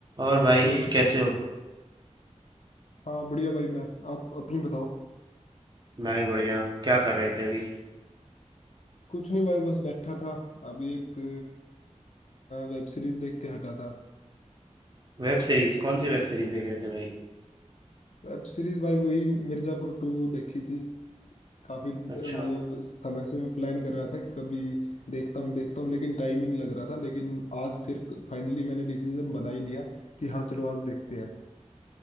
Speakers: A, on the right; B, on the left.
A: और भाई
B: हेलो
A: कैसे हो
B: हाँ बढ़िया भाई मैं आप अपनी बताओ
A: मैं भी बढ़िया क्या कर रहे थे अभी
B: कुछ नहीं भाई बस बैठा था अभी एक वेब सीरीज देख के हटा था
A: Web series कौन सी वेब सीरीज देख रहे थे भाई
B: वेब सीरीज भाई वही मिर्जापुर टू देखी थी काफी अ, मतलब
A: अच्छा
B: समय से मैं प्लान कर रहा था कि कभी देखता हूँ देखता हूँ लेकिन टाइम ही नहीं लग रहा था लेकिन आज फिर फाइनली मैंने डिसीजन बना ही लिया कि हाँ चलो आज देखते हैं